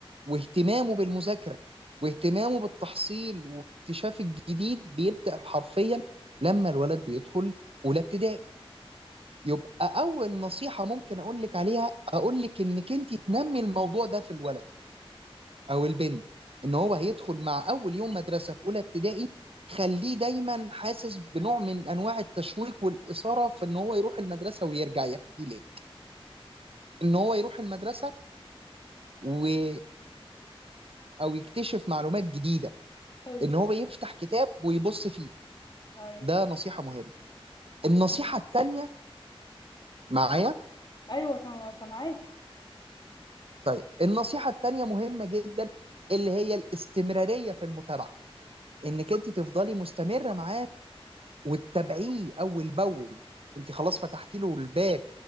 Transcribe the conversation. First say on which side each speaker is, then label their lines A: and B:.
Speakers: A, on the right; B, on the left.
A: واهتمامه بالمذاكره واهتمامه بالتحصيل واكتشاف الجديد بيبدا حرفيا لما الولد بيدخل اولى ابتدائي يبقى اول نصيحه ممكن اقول لك عليها اقول لك انك انت تنمي الموضوع ده في الولد او البنت ان هو هيدخل مع اول يوم مدرسه في اولى ابتدائي خليه دايما حاسس بنوع من انواع التشويق والاثاره في ان هو يروح المدرسه ويرجع يحكي لي ان هو يروح المدرسه ويحصل او يكتشف معلومات جديده
B: حلو
A: ان هو يفتح كتاب ويبص فيه
B: ايوه
A: ده نصيحه مهمه النصيحه
B: تمام
A: التانيه معايا
B: ايوه تمام سامعاك
A: طيب النصيحه التانيه مهمه جدا اللي هي الاستمراريه في المتابعه انك انت تفضلي مستمره معاه وتتابعيه اول باول انت خلاص فتحتي له الباب